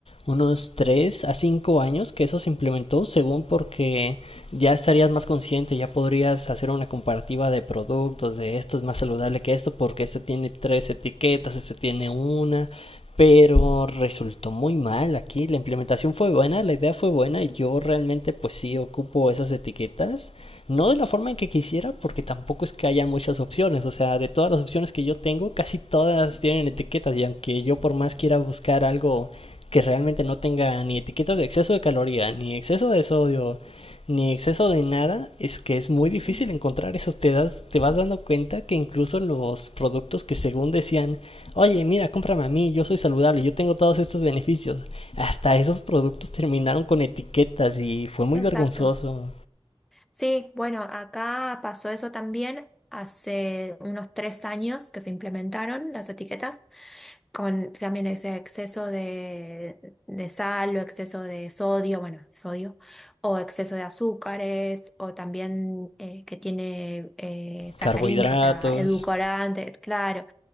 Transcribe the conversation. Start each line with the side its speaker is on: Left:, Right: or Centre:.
Left: unos 3 a 5 años que eso se implementó según porque ya estarías más consciente, ya podrías hacer una comparativa de productos, de esto es más saludable que esto porque este tiene tres etiquetas, este tiene una, pero resultó muy mal aquí, la implementación fue buena, la idea fue buena y yo realmente pues sí ocupo esas etiquetas, no de la forma en que quisiera porque tampoco es que haya muchas opciones, o sea, de todas las opciones que yo tengo, casi todas tienen etiquetas y aunque yo por más quiera buscar algo que realmente no tenga ni etiquetas de exceso de caloría, ni exceso de sodio, ni exceso de nada, es que es muy difícil
Centre: Ujú.
Left: encontrar esos. Te, das, te vas dando cuenta que incluso los productos que según decían, oye, mira, cómprame a mí, yo soy saludable, yo tengo todos estos beneficios, hasta esos productos terminaron con etiquetas y fue muy
Centre: exacto.
Left: vergonzoso.
Centre: Sí, bueno, acá pasó eso también hace unos tres años que se implementaron las etiquetas, con también ese exceso de, de sal o exceso de sodio, bueno, sodio, o exceso de azúcares, o también eh, que tiene eh, sacarina,
Left: Carbohidratos,
Centre: o sea, edulcorantes, claro